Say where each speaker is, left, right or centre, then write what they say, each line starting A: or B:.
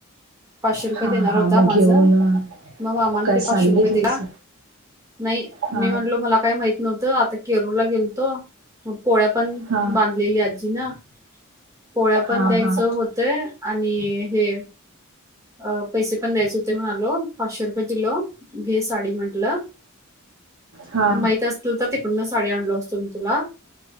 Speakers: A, on the right (about 15°); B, on the right (about 60°).
A: पाचशे रुपये
B: हा
A: देणार
B: हा
A: होता
B: मग
A: माझं
B: घेऊन अ,
A: मग मामान
B: काय
A: ते पाचशे
B: साडी
A: रुपये
B: घेतलीस
A: दिला नाही
B: हा
A: मी म्हटलो मला काय माहित नव्हतं. त आता केरूळला गेलतो. पोळ्या पण
B: हा
A: बांधलेल्यात. ना पोळ्या पण
B: हा
A: द्यायचं
B: हा
A: होतंय आणि हे अ पैसे पण द्यायचे हुतय म्हणालो पाचशे रुपये दिलो, घे साडी म्हटलं
B: हा
A: माहित असतल तर तिकडूनच साडी आणलो असतो मी तुला